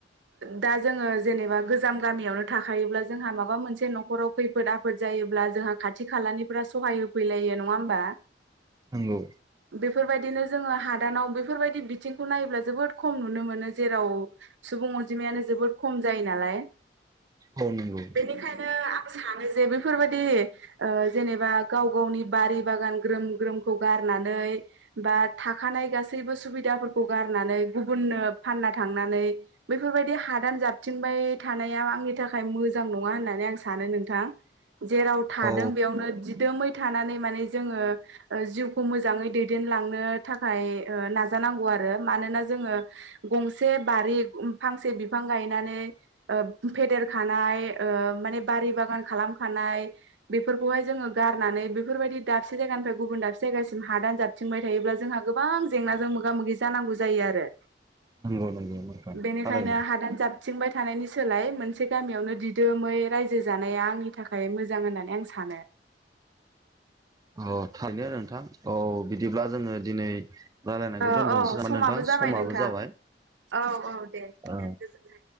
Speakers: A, on the right; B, on the right.
A: दा जोङो जेनेबा गोजाम गामियावनो थाखायोब्ला जोंहा माबा मोनसे न'खराव खैफोद आफोद जायोब्ला जों जोंहा खाथि खालानिफ्रा सहाय होफैलायो नङा होमबा
B: नंगौ
A: बेफोरबायदिनो जोङो हादानाव बेफोरबायदि बिथिंखौ नायोब्ला जोबोद खम नुनो मोनो जेराव सुबुं अनजिमायानो जोबोद खम जायो नालाय
B: औ नंगौ
A: बेनिखायनो सानो जे बेफोरबायदि ओ जेनेबा गाव गावनि बारि बागान ग्रोम ग्रोमखौ गार नानै बा थाखानाय गासैबो सुबिदाफोरखौ गारनानै गुबुननो फानना थां नै बैफोर बादि हादान जाबथिंबाय थानाया आंनि थाखाय मोजां नङा होननानै आं सानो नोंथां जेराव थादों
B: औ
A: बेयावनो दिदोमै थानानै माने जोङो जिउखौ मोजाङै दैदेनलांनो थाखाय ओ नाजानांगौ आरो आरो मानोना जोङो गंसे बारि फांसे बिफां बिफां गायनानै ओ फेदेरखानाय माने बारि बागान खालामखानाय बेफोरखौहाय जोङो गारनानै बेफोरबायदि दाबसे जायगानिफ्राय गुबुन दाबसे जायगासिम हादान जाबथिंबाय थायोब्ला जोङो जोंहा गोबां जेंनाजों मोगा मोगि जानांगौ जायो आरो
B: नंगौ नंगौ
A: बेनिखायनो
B: थारैनो
A: हादान जाबथिंबाय थानायनि सोलाय मोनसे गामियावनो दिदोमै रायजो जानाया आंनि थाखाय मोजां होननानै सानो
B: औ थायो आरो नोंथां औ बिदिब्ला जोङो दिनै रायलायनायखौ
A: औ
B: दोनथ'नोसै
A: औ
B: ना
A: समाबो
B: नोंथां
A: जाबाय
B: समाबो
A: नोंथां
B: जाबाय
A: औ औ दे दे
B: ओ
A: गोजोनथों